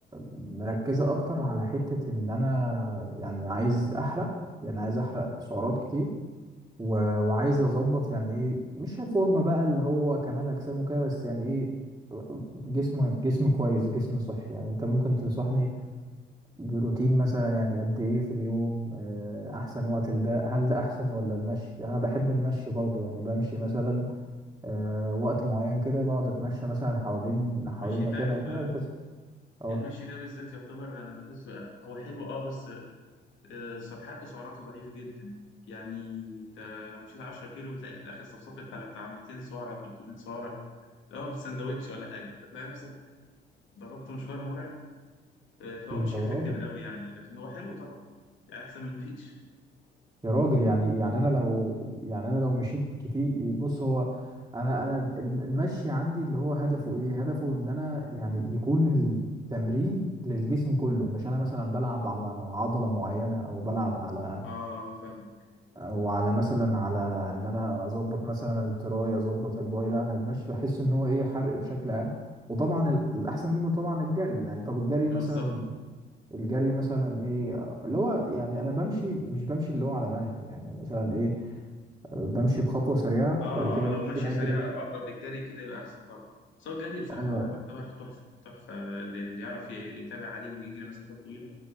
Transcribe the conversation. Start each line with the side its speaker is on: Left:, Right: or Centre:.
Right: مركزة اكتر على حتة ان انا يعني عايز احرق يعني عايز احرق سعرات كتير و... وعايز اظبط يعني ايه مش فورمة بقى اللي هو كمال اجسام وكده بس يعني ايه جسم جسم كويس جسم صحي يعني انت ممكن تنصحني بروتين مثلا يعني قد ايه في اليوم آه، احسن وقت لده هل ده احسن ولا المشي يعني انا بحب المشي برضو يعني بمشي مثلا آه، وقت معين كده بقعد اتمشى مثلا حوالين حوالين
Left: المشي أنت
Right: مكان
Left: عارف
Right: او كده
Left: آه،
Right: بحس اه
Left: المشي ده بالذات يعتبر أنا بحسه آه، هو حلو أه بس آه، ص- حرق سعراته ضعيف جدا يعني أنت لو مشيت 10 كيلو بتلاقي في الآخر صفصفت على بتاع 200 سعرة 300 سعرة لا سندوتش ولا حاجة فتلاقي نفسك ضربت مشوار مرعب آه، فهو
Right: يا
Left: مش إفكتيف
Right: راجل
Left: قوي يعني لكن هو حلو طبعا يعني أحسن من مفيش
Right: يا راجل يعني يعني انا لو يعني انا لو مشيت كتير بص هو انا انا الم- المشي عندي اللي هو هدفه ايه هدفه ان انا يعني يكون التمرين للجسم كله مش انا مثلا بلعب على عضلة معينة او بلعب على
Left: أه آه، فاهم
Right: او على مثلا على ان انا اظبط مثلا التراي اظبط الباي لا انا المشي بحس ان هو ايه حرق بشكل عام وطبعا ال- الاحسن منه طبعا الجري يعني طب الجري
Left: بالظبط
Right: مثلا الجري مثلا ايه اللي هو يعني انا بمشي مش بمشي اللي هو على مهلي يعني مثلا ايه بمشي بخطوه سريعه
Left: اه
Right: بعد كده
Left: اه لو
Right: ممكن
Left: ماشية
Right: اجري
Left: سريعة اقرب للجري كده يبقى احسن طبعا بس هو الجري بصراحة
Right: اه
Left: يعتبر تحفة تحفة اللي اللي يعرف يتابع عليه ويجري مسافات طويلة